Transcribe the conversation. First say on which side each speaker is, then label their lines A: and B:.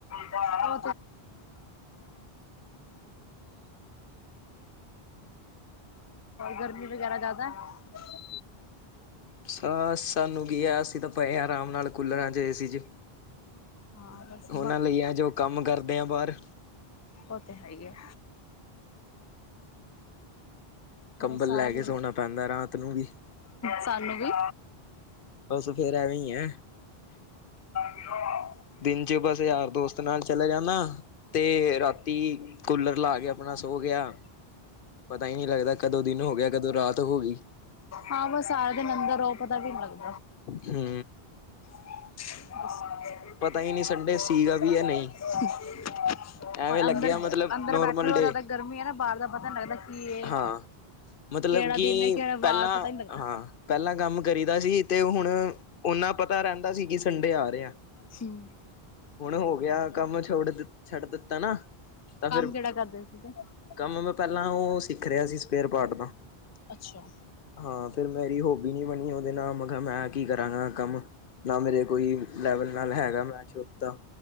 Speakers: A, on the left; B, on the left.
A: <unintelligible> ਹੋਰ ਗਰਮੀ ਵਗੈਰਾ ਜ਼ਿਆਦਾ <unintelligible>
B: ਸ ਸਾਨੂੰ ਕੀ ਹੈ ਅਸੀਂ ਤਾਂ ਪਏ ਹਾਂ ਆਰਾਮ ਨਾਲ ਕੂਲਰਾਂ ਚ ਏ ਸੀ ਜੇ
A: ਹਾਂ ਬਸ
B: ਉਹਨਾਂ ਲਈ ਆ ਜੋ ਕੰਮ ਕਰਦੇ ਆ ਬਾਹਰ
A: ਓ ਤੇ ਹੈ ਈ ਐ।
B: ਕੰਬਲ
A: ਬਸ ਸਾਰਾ
B: ਲੈ
A: ਦਿਨ
B: ਕੇ ਸੋਣਾ ਪੈਂਦੈ ਰਾਤ ਨੂੰ ਵੀ।
A: ਸਾਨੂੰ ਵੀ।
B: ਬੱਸ ਫੇਰ ਐਵੇਂ ਈ ਐ।
A: <inaudible>
B: ਦਿਨ ਚ ਬਸ ਯਾਰ ਦੋਸਤ ਨਾਲ ਚਲੇ ਜਾਂਨਾ ਤੇ ਰਾਤ ਤੀ, ਕੂਲਰ ਲਾ ਕੇ ਆਪਣਾ ਸੋ ਗਿਆ। ਪਤਾ ਹੀ ਨਹੀਂ ਲੱਗਦਾ ਕਦੋਂ ਦਿਨ ਹੋ ਗਿਆ ਕਦੋਂ ਰਾਤ ਹੋ ਗਈ।
A: ਹਾਂ, ਬਸ ਸਾਰਾ ਦਿਨ ਅੰਦਰ ਰਹੋ ਪਤਾ ਵੀ ਨੀ ਲਗਦਾ।
B: ਹੰ
A: ਬਸ, <unintelligible>
B: ਹੀ ਨਹੀਂ ਸੰਡੇ ਸੀਗਾ ਵੀ ਹੈ ਨਹੀਂ ਐਵੇਂ
A: ਪਰ
B: ਲੱਗਿਆ
A: ਅੰਦਰ
B: ਮਤਲਬ
A: ਅੰਦਰ
B: ਨੋਰਮਲ
A: ਬੈਠੇ ਰਹੋ
B: ਡੇ
A: ਜਿਆਦਾ ਗਰਮੀ ਹੈ ਨਾ ਬਾਹਰ ਦਾ ਪਤਾ ਨੀ ਲੱਗਦਾ ਕੀ ਇਹ
B: ਹਾਂ ਮਤਲਬ
A: ਕਿਹੜਾ
B: ਕਿ
A: ਦਿਨ ਹੈ ਕਿਹੜਾ
B: ਪਹਿਲਾਂ
A: ਵਾਰ ਪਤਾ ਨੀ ਲੱਗਦਾ
B: ਹਾਂ ਪਹਿਲਾਂ ਕੰਮ ਕਰੀ ਦਾ ਸੀ ਤੇ ਹੁਣ ਓਨਾ ਪਤਾ ਰਹਿੰਦਾ ਸੀ ਕਿ ਸੰਡੇ ਆ ਰਹੇ ਆ
A: ਹਮ <unintelligible>
B: ਹੁਣ ਹੋ ਗਿਆ ਕੰਮ ਛੋੜ ਛੱਡ ਦਿੱਤਾ ਨਾ ਤਾਂ
A: ਕੰਮ
B: ਫਿਰ
A: ਕਿਹੜਾ ਕਰਦੇ ਸੀ ਤੇ
B: ਕੰਮ ਮੈਂ ਪਹਿਲਾਂ ਉਹ ਸਿੱਖ ਰਿਹਾ ਸੀ ਸਪੇਅਰ ਪਾਰਟ ਦਾ
A: ਅੱਛਾ।
B: ਹਾਂ ਫੇਿਰ ਮੇਰੀ ਹੋਬੀ ਨੀ ਬਣੀ ਉਹਦੇ ਨਾਲ ਮੈਂ ਕਿਹਾ ਮੈਂ ਕੀ ਕਰਾਂਗਾ ਕੰਮ ਨਾ ਮੇਰੇ ਕੋਈ ਲੈਵਲ ਨਾਲ ਹੈਗਾ ਮੈਚ ਉ ਤਾਂ